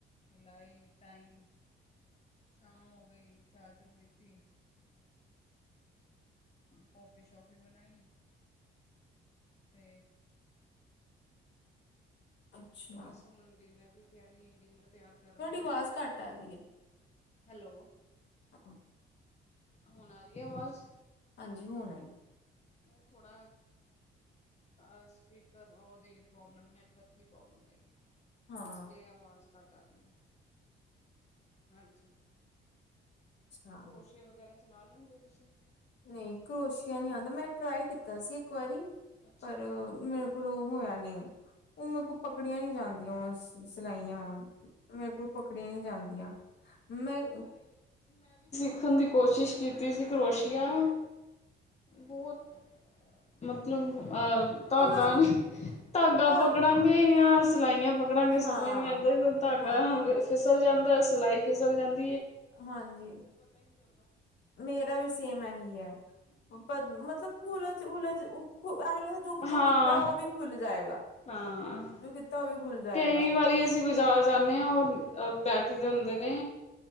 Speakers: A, on the left; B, on the left.
A: ਲਾਈ ਟਾਈਮ ਸ਼ਾਮ ਹੋ ਗਈ ਚਾਹ ਚੂ ਪੀਤੀ ਕਾਫੀ ਸ਼ਾਫੀ ਬਣਾਈ ਤੇ
B: ਅੱਛਾ
A: ਬਸ ਹੁਣ ਡੀਨਰ ਦੀ ਤਿਆਰੀ ਡਿਨਰ ਤਿਆਰ ਕਰ ਰਹੇ
B: ਤੁਹਾਡੀ
A: ਹਾਂ।
B: ਆਵਾਜ਼ ਘੱਟ ਆ ਰਹੀ ਆ
A: ਹੈਲੋ
B: ਆਹ
A: ਹੁਣ ਆ ਰਹੀ ਹੈ ਆਵਾਜ਼
B: ਹਾਂਜੀ ਹੁਣ ਆਈ
A: ਉਹ ਥੋੜਾ ਆ ਸਪਿਕਰ ਉਹ ਪ੍ਰੋਬਲਮ ਨੈਟਵਰਕ ਦੀ ਪ੍ਰੋਬਲਮ ਹੋਏਗੀ
B: ਹਾਂ
A: ਇਸ ਲਈ ਆਵਾਜ਼ ਘੱਟ ਆ ਦੀਆਂ ਹਾਂਜੀ
B: ਅੱਛਾ
A: ਕਰੋਸੀਏ ਵਗੈਰਾ ਚਲਾ ਲੈਂਦੇ ਤੁਸੀਂ <inaudible>
B: ਨਹੀਂ ਕਰੋਸ਼ੀਆ ਨਹੀਂ ਆਉਂਦਾ ਮੈਂ ਟਰਾਈ ਕੀਤਾ ਸੀ ਇੱਕ ਵਾਰੀ
A: ਅੱਛਾ।
B: ਪਰ ਮੈ- ਲੋ ਹੋਇਆ ਨ ਉਹ ਮੇਰੇ ਕੋਲ ਪਕੜੀਆਂ ਨੀ ਜਾਂਦੀਆਂ- ਸਿਲਾਈਆਂ ਮੇਰੇ ਕੋਲ ਪਕੜੀਆਂ ਨਹੀਂੀ ਜਾਂਦੀਆਂ ਮੈਂ-
A: ਦੇਖਣ ਦੀ ਕੋਸ਼ਿਸ਼ ਕੀਤੀ ਸੀ ਕਰੋਸ਼ੀਆ ਬਹੁਤ- ਮਤਲਬ- ਅ ਧਾਗਾ
B: ਉਹ ਨਾ
A: ਨਹੀਂੀ ਧਾਗਾ
B: ਘਰ
A: ਪਕੜਾਂਗੇ ਜਾਂ ਸਿਲਾਈਆਂ ਪਕੜਾਂਗੇ
B: ਹਾਂ
A: ਸਮਝ ਨਹੀਂੀ ਆਉਂਦਾ ਕਿ ਧਾਗਾ
B: ਹਾਂ
A: ਫਿਸਲ ਜਾਂਦਾ- ਦਾ ਸਿਲਾਈ ਫਿਸਲ ਜਾਂਦਾ-
B: ਹਾਂਜੀ ਮੇਰਾ ਵੀ ਸੇਮ ਇਹੀ ਹੈ- ਮਤਲਬ- ੋ਼ <unintelligible> <unintelligible> ਜਿਹ ਦਾ ਜੋ
A: ਹਾਂ
B: ਜੋ ਕੀਤਾ ਉਹ ਵੀ ਖੁੱਲ ਜਾਏਗਾ-
A: ਹਾਂ-
B: ਜੋ ਕੀਤਾ ਉਹ ਵੀ ਖੁੱਲ ਜਾਏਗਾ-
A: ਕਈ ਵਾਰੀ ਅਸੀਂ ਬਾਜ਼ਾਰ ਜਾਂਦੇ ਹਾਂ ਉਹ ਬੈਠੇਦੇ ਹੁੰਦੇ ਨੇ